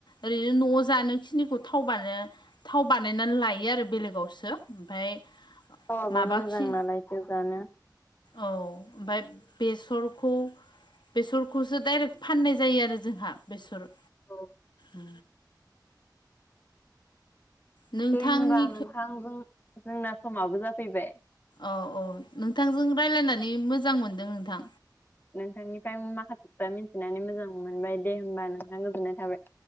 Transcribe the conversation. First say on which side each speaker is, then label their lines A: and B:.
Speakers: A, on the left; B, on the left.
A: ओरैनो न' जानो खिनिखौथ थाव थाव बानायनानै लायो आरो बेलेगावसो ओमफ्राय
B: रावाबो
A: माबाखि
B: मोजां नालाय बेखौ जानो
A: औ ओमफ्राय बेसर खौ बेसरखौसो दाइरेक्ट फाननाय जायो आरो जोंहा बेसर
B: औ
A: उ नोंथांनि
B: दे होनबा नोंथां जोंना समाबो जाफैबाय
A: औ औ नोंथांजों रायज्लायनानै मोजां मोनदों नोंथां
B: नोंथांनिफ्राय माखासे खोथा मिथिनानै मोजां मोनबाय दे होमबा नोंथां गोजोननाय थाबाय